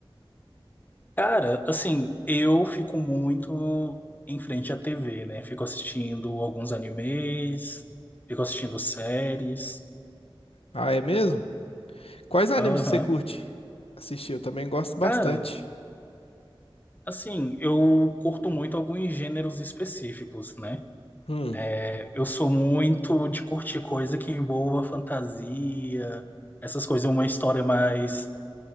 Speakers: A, on the left (about 20°); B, on the left (about 85°).
A: Cara, assim, eu fico muito em frente à TV, né? Fico assistindo alguns animes, fico assistindo séries.
B: Ah, é mesmo? Quais animes
A: Aham.
B: que você curte assistir? Eu também gosto bastante.
A: Cara, assim, eu curto muito alguns gêneros específicos, né?
B: Hum,
A: É, eu sou muito de curtir coisa que envolva fantasia, essas coisas, uma história mais